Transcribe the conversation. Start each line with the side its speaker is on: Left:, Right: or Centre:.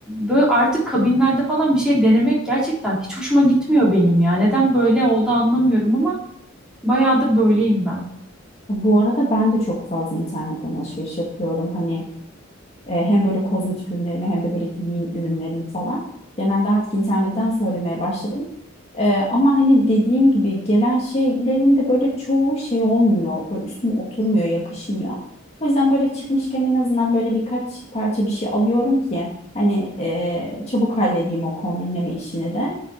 Centre: böyle artık kabinlerde falan bir şey denemek gerçekten hiç hoşuma gitmiyor benim ya. Neden böyle oldu anlamıyorum ama bayağıdır böyleyim ben.
Left: Bu arada ben de çok fazla internetten alışveriş yapıyorum. Hani e, hem böyle kozmetik ürünlerimi hem de böyle giyim ürünlerimi falan. Genelde artık internetten söylemeye başladım. E, ama hani dediğim gibi gelen şeylerin de böyle çoğu şey olmuyor. Böyle üstüme oturmuyor, yakışmıyor. O yüzden böyle çıkmışken en azından böyle birkaç parça bir şey alıyorum ki hani e, çabuk halledeyim o kombinleme işini de.